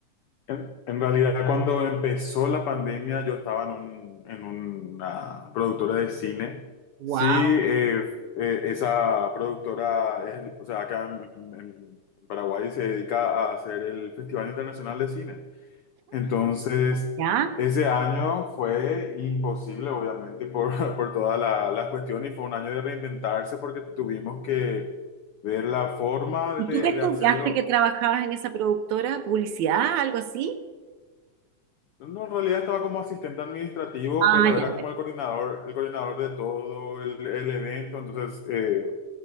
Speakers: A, on the left; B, on the right.
A: En, en realidad, cuando empezó la pandemia, yo estaba en, un- en una productora de cine.
B: Wow.
A: Sí, eh, eh, esa productora, es, o sea, acá en, en- en Paraguay se dedica a hacer el Festival Internacional de Cine. Entonces,
B: ¿Ya?
A: ese año fue imposible, obviamente, por, <laughs> por todas la- las cuestiones y fue un año de reinventarse porque tuvimos que ver la forma
B: ¿Y
A: de
B: tú qué estudiaste
A: de hacerlo
B: que trabajabas en esa productora? ¿Publicidad? ¿Algo así?
A: No, no, en realidad estaba como asistente administrativo,
B: Ah,
A: pero
B: ya,
A: era como el coordinador, el coordinador de todo el, el evento, entonces eh,